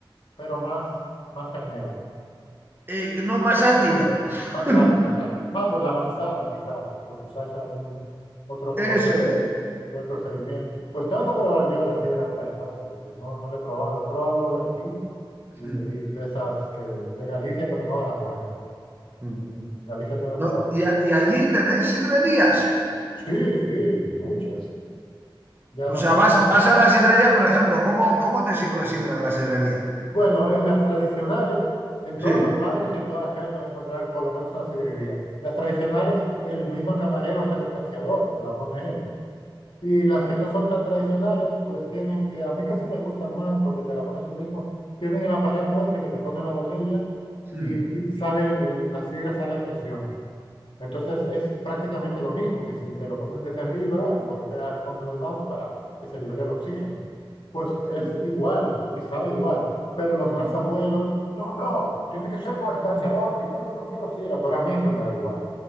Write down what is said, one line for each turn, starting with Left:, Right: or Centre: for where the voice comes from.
Left: pero más, más cañera,
Right: y no más ácida.
Left: más
Right: <laughs>
Left: ácida, claro. Ah, por la manzana quizás, porque usáis algún otro,
Right: Eso
Left: o el
Right: es.
Left: Fue el procedimiento. Pues tengo que probar yo la sidra del País Vasco, porque no, no la he probado. He probado de aquí y,
Right: Mm.
Left: y de esas que, de Galicia, pero no de las buenas.
Right: Mm.
Left: En- en Galicia tengo que probar.
Right: No, y, a- y allí tenéis sidrerías.
Left: Sí, sí, muchas. Ya no
Right: O sea,
Left: son
Right: vas,
Left: como...
Right: vas a la sidrería, por ejemplo, ¿cómo, cómo te sirve sidra en la sidrería?
Left: Bueno, en las tradicionales, en todos
Right: Sí.
Left: los barrios y en todas las calles te vas a encontrar por lo menos una sidrería. Las tradicionales, el mismo camarero hace el escanciador y te la pone él. Y las que no son tan tradicionales, pues tienen que, a mí casi me gustan más porque te la pones tú mismo, tienen el aparato este que te pone en la botella y,
Right: Mm,
Left: y sale el- el- la sidra, sale a presión. Entonces es prácticamente lo mismo que si te lo ponen desde arriba y golpea el fondo del vaso para que se libere el oxígeno. Pues es
Right: mm,
Left: igual y sabe igual. Pero los más
Right: mm.
Left: abuelos, no, no, tiene que ser con escanciador, si no, yo no quiero sidra, pero a mí eso me da igual.